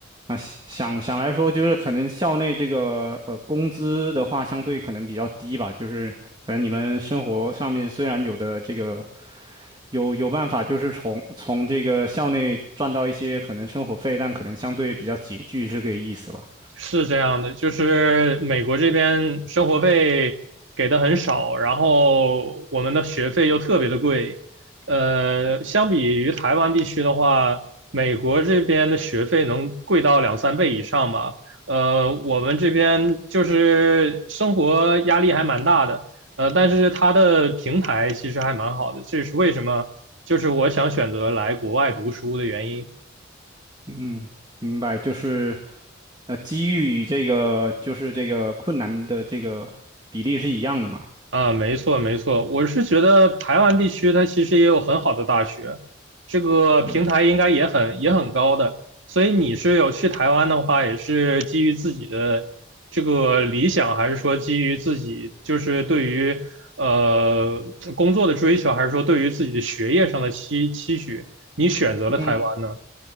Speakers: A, on the right (about 25°); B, on the right (about 75°).
A: 那想想想来说，就是可能校内这个呃工资的话，相对可能比较低吧。就是可能你们生活上面虽然有的这个有有办法，就是从从这个校内赚到一些可能生活费，但可能相对比较拮据，是这个意思吧？
B: 是这样的，就是美国这边生活费给的很少，然后我们的学费又特别的贵。呃，相比于台湾地区的话，美国这边的学费能贵到两三倍以上吧。呃，我们这边就是生活压力还蛮大的，呃，但是它的平台其实还蛮好的，这是为什么？就是我想选择来国外读书的原因。
A: 嗯，明白，就是呃，机遇与这个就是这个困难的这个比例是一样的嘛？
B: 啊，没错没错，我是觉得台湾地区它其实也有很好的大学，这个平台应该也很也很高的，
A: 是，
B: 所以你是有去台湾的话，也是基于自己的这个理想，还是说基于自己就是对于呃工作的追求，还是说对于自己的学业上的期期许，你选择了台湾呢？
A: 嗯，